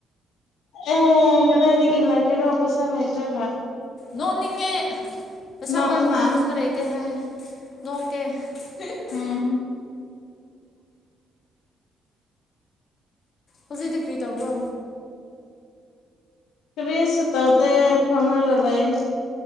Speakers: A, on the left; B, on the left.
A: ꯑꯦ ꯀꯗꯥꯏꯗꯒꯤ ꯂꯛꯀꯦꯔꯣ ꯄꯩꯁꯥ ꯂꯥꯏꯇꯔꯒ
B: ꯅꯣꯛꯅꯤꯡꯉꯦ ꯄꯩꯁꯥ
A: ꯅꯣꯛꯑꯣꯅ
B: ꯄꯥꯏꯕ ꯈꯣꯏꯅ ꯄꯩꯁꯥ ꯂꯩꯇꯦ ꯍꯥꯏ ꯅꯣꯛꯀꯦ <unintelligible>
A: ꯎꯝ
B: ꯍꯧꯖꯤꯛꯗꯤ ꯀ꯭ꯔꯤ ꯇꯧꯕ꯭ꯔꯣ
A: ꯀꯔꯤꯁꯨ ꯇꯧꯗꯦ ꯐꯝꯃꯒ ꯂꯩꯌꯦ